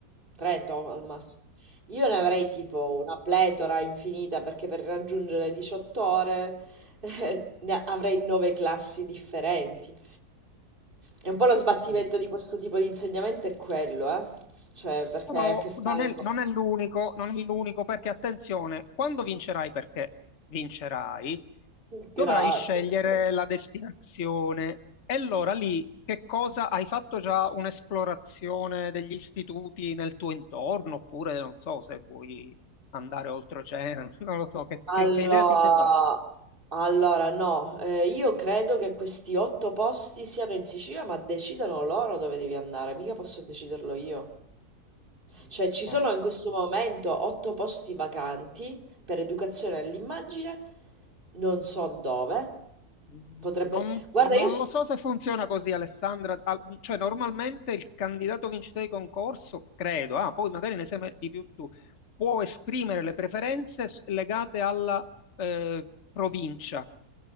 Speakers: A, on the right; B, on the left.
A: tre to- al massimo. Io ne avrei tipo una pletora infinita perché per raggiungere le 18 ore <laughs> eh, ne avrei nove classi differenti. E un po' lo sbattimento di questo tipo di insegnamento è quello, eh? Cioè, perché
B: Però
A: hai a che fare
B: non è,
A: con...
B: non è l'unico, non è l'unico perché attenzione, quando vincerai, perché vincerai,
A: <laughs>
B: dovrai
A: Grazie.
B: scegliere la destinazione. E allora lì che cosa hai fatto già un'esplorazione degli istituti nel tuo intorno? Oppure non so se vuoi andare oltreoceano, <laughs> non lo so, che,
A: Allora,
B: che- che idea ti sei fatta?
A: allora, no, eh, io credo che questi otto posti siano in Sicilia, ma decidano loro dove devi andare, mica posso deciderlo io. Cioè, ci
B: Eh,
A: sono in questo momento otto posti vacanti per educazione all'immagine, non so dove.
B: Mm,
A: Potrebbe...
B: Non,
A: Guarda,
B: non
A: io... s-
B: lo so se funziona così, Alessandra. Al- Cioè, normalmente il candidato vincitore di concorso, credo, ah, poi magari ne sai di più tu, può esprimere le preferenze s- legate alla eh, provincia,